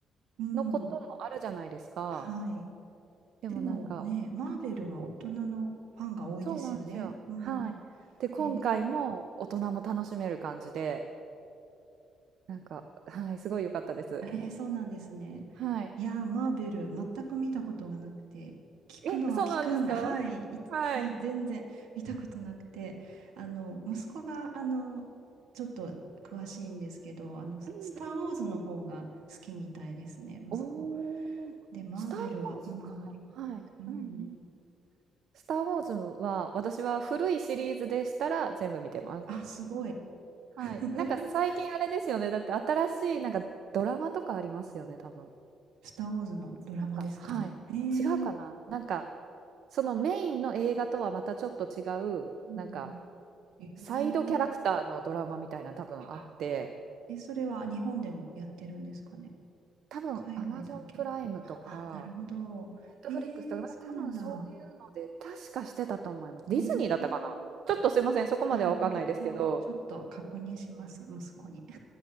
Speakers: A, on the right; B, on the right.
A: うん。
B: のこともあるじゃないですか。
A: はい。
B: でもなんか、
A: でもね、マーベルは大人のファンが多いですよね。
B: うんうん。そうなんですよ。
A: うん。
B: はい。で、今回も大人も楽しめる感じで、
A: えん、
B: なんか、はい、すごい良かったです。
A: えー、そうなんですね。
B: はい。
A: いやー、マーベル、全く見たことがなくて、聞くのは聞くん、
B: え、そうなんですか
A: <laughs> はい、いはい、
B: はい。え
A: 全然 <laughs> 見たことなくて、あの、息子が、
B: ー、そっか。
A: あの、ちょっと詳しいんですけど、あの、スター・
B: うんうんうん。
A: ウォーズの方が好きみたいですね、息子。
B: おー、
A: で、マーベルは、
B: スター・ウォーズか。
A: うん、あんまり、
B: はい。
A: うん、
B: うんうん。スター・ウォーズは、私は古いシリーズでしたら全部見てます。
A: あ、すごい。
B: はい。
A: <laughs>
B: なんか最近あれですよね。だって新しいなんかドラマとかありますよね、多分。
A: スター・ウォーズのドラマですかへえ
B: 違うか、はい。違うかな。なんか、そのメインの映画とはまたちょっと違う、
A: うんうん、
B: なんか、
A: え
B: サイドキャラクターのドラマみたいな多分あって、
A: え。あ、え、それは日本でもやってるんですかね
B: 多分
A: 海外だけ。
B: Amazon プライムとか、
A: あ、なるほど。
B: Netflix
A: ええ、
B: とか、なんか多分そういうので、
A: そうなんだ。
B: 確かしてたと思います。
A: うーん。
B: ディズニーだったかな。
A: あ、
B: ちょっとすいません、そこまではわかんないですけど、
A: あ、なるほど。ちょっと確認します、息子に。<laughs>